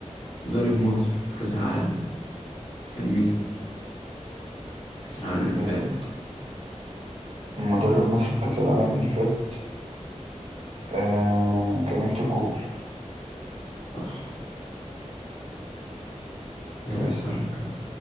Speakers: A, on the left (about 50°); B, on the right (about 55°).
A: مدرب مصر في كأس العالم كان مين كأس العالم
B: مدرب
A: اللي فات
B: مدرب مصر في كأس العالم اللي فات آه كان هيكتور كوبر
A: صح آه
B: اسأل
A: سنة كان